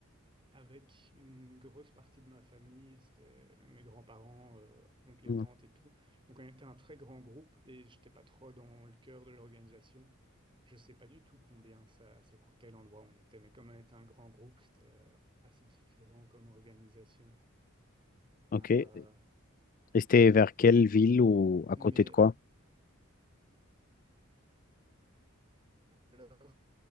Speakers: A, on the right; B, on the left.
A: avec une grosse partie de ma famille, c'était euh, mes grands-parents, euh, oncles et
B: Hmm,
A: tantes et tout. Donc on était un très grand groupe et j'étais pas trop dans le cœur de l'organisation. Je sais pas du tout combien ça, ça coûtait l'endroit où on était, mais comme on était un grand groupe, c'était euh, assez différent comme organisation.
B: Ok.
A: Euh,
B: Et c'était vers quelle ville ou à
A: mais
B: côté de quoi?
A: alors